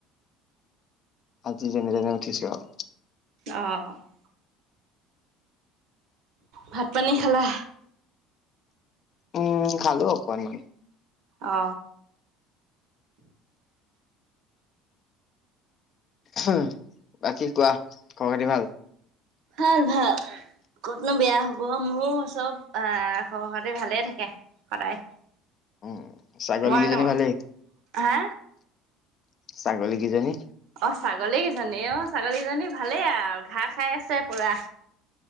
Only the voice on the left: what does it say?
আজি যেনে তেনে উঠিছো আৰু।
উম খালো অকনমান।
উম, বাকী কোৱা খবৰ খাতি ভাল?
উম, ছাগলী
কেইজনী
ভালেই?
ছাগলী কেইজনী।